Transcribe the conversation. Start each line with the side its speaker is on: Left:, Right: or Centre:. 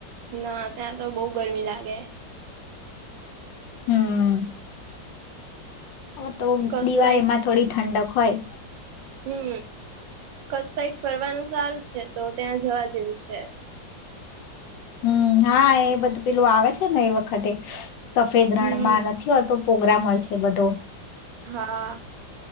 Right: ના ત્યાં તો બહુ ગરમી લાગે
Left: હમ હવે તો
Right: કચ્છ
Left: દિવાળી
Right: સાઈડ
Left: માં થોડી ઠંડક હોય
Right: હમ, કચ્છ સાઈડ ફરવાનુ સારું છે તો ત્યાં જવા જેવું છે
Left: હમ, હા એ બધું પેલું આવે છે ને એ વખતે સફેદ રણમા
Right: હમ
Left: નથી હોતો પ્રોગ્રામ હોય એ બધુ
Right: હા